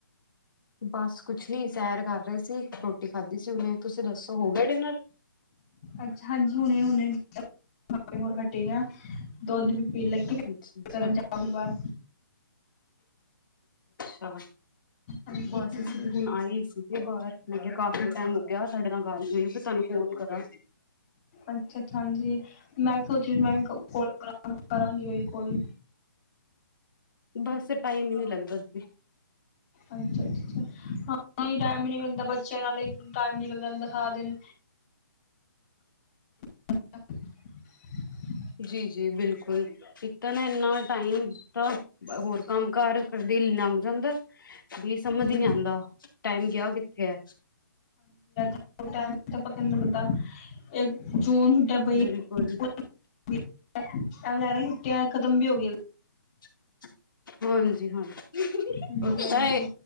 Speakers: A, on the left; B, on the left.
A: ਬਾਸ ਕੁਛ ਨੀ, ਸੈਰ ਕਰ ਰਹੇ ਸੀ। ਰੋਟੀ ਖਾਧੀ ਸੀ ਹੁਣੇ। ਤੁਸੀਂ ਦੱਸੋ ਹੋ ਗਿਆ ਡਿਨਰ?
B: ਅੱਛਾ, ਹਾਂਜੀ ਹੁਣੇ-ਹੁਣੇ <unintelligible> ਹਟੇ ਆ, ਦੁੱਧ ਪੀਣ ਲਗੀ <unintelligible>
A: ਅੱਛਾ
B: ਕਰਨ ਜਾਵਾਂਗੇ ਬਾਹਰ
A: ਹਾਂ,
B: ਹਾਂਜੀ
A: ਬਸ
B: ਹਾਂਜੀ
A: ਅਸੀਂ ਵੀ ਹੁਣ ਆਏ ਹੀ ਸੀਗੇ ਬਾਹਰ, ਮੈ ਕਿਹਾ ਕਾਫੀ ਟਾਈਮ ਹੋ ਲੱਗਿਆ ਤੁਹਾਡੇ ਨਾਲ ਗੱਲ ਨਹੀਂ ਹੋਈ, ਮੈਂ ਤੁਹਾਨੂੰ ਫੋਨ ਕਰਾਂ
B: ਅੱਛਾ-ਅੱਛਾ ਹਾਂਜੀ, ਮੈਂ ਸੋਚ ਰੀ ਮੈਂ ਕਿਹਾ ਕੋਲ ਕਰਾਂ, ਕਰਾਂਗੀ ਬਿਲਕੁਲ।
A: ਬਸ ਟਾਈਮ ਹੀ ਨਹੀਂ ਲੱਗਦਾ ਦੀਦੀ।
B: ਅੱਛਾ-ਅੱਛਾ, ਹਾਂ ਟਾਈਮ ਹੀ ਨਹੀ ਮਿਲਦਾ ਬੱਚਿਆਂ ਨਾਲੇ ਟਾਈਮ ਨਿਕਲ ਜਾਂਦਾ ਸਾਰਾ ਦਿਨ ਅ-ਅ।
A: ਜੀ-ਜੀ ਬਿਲਕੁਲ, ਇੱਕ ਤਾਂ ਨਾ ਇੰਨਾ ਟਾਈਮ ਤਾਂ ਹੋਰ ਕੰਮ ਕਾਰ ਕਰ ਦਿਲ ਲੰਘ ਜਾਂਦਾ ਏ, ਬੀ ਸਮਝ
B: ਜੀ
A: ਨਹੀਂ ਆਉਂਦਾ, ਟਾਈਮ ਗਿਆ ਕਿੱਥੇ ਐ?
B: ਹੋਰ ਟਾਈਮ ਦਾ ਪਤਾ ਨੀ ਲੱਗਦਾ, ਇੱਕ ਚੋਣ ਛੁੱਟਿਆ ਪਈ
A: ਬਿਲਕੁਲ
B: <unintelligible> ਜਾ ਛੁੱਟਿਆ ਖਤਮ ਵੀ ਹੋ ਗਈਆਂ।
A: <inaudible> ਹਾਂਜੀ-ਹਾਂਜੀ,
B: ਹਾਂਜੀ
A: ਉਹ
B: ਹਾਂਜੀ
A: ਤਾਂ